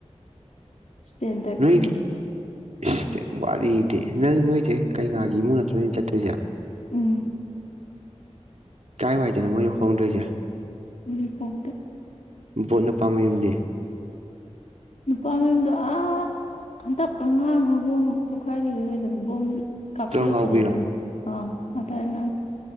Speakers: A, on the left; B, on the right.
A: ꯁꯇꯦꯟꯗꯔꯂꯤ
B: ꯅꯣꯏ ꯏꯁ ꯋꯥꯔꯤꯗꯤ ꯅꯪ ꯅꯣꯏꯁꯦ ꯀꯩꯅꯥꯒꯤ ꯏꯃꯨꯡ ꯅ ꯅ ꯆꯠꯇꯣꯏꯁꯦ
A: ꯎꯝ
B: ꯀꯥꯏꯋꯥꯏꯗꯅꯣ ꯃꯣꯏꯅ ꯍꯣꯡꯗꯣꯏꯁꯦ
A: ꯔꯤꯄꯣꯛꯇ
B: ꯕꯣꯠꯅ ꯄꯥꯝꯕ ꯌꯨꯝꯗꯦ
A: ꯅꯨꯄꯥ ꯃꯌꯨꯝꯗꯣ ꯑꯥ ꯍꯟꯇꯛ ꯑꯉꯥꯡ ꯑꯃ ꯕꯣꯝ ꯄꯣꯛꯈꯥꯏꯈꯤꯕ ꯀꯩꯗꯅ ꯕꯣꯝ ꯀꯞꯁꯤ
B: ꯇ꯭ꯔꯪ
A: ꯂꯣꯄꯗꯗ
B: ꯂꯥꯎꯕꯤꯔꯣ
A: ꯑ ꯑꯗꯅ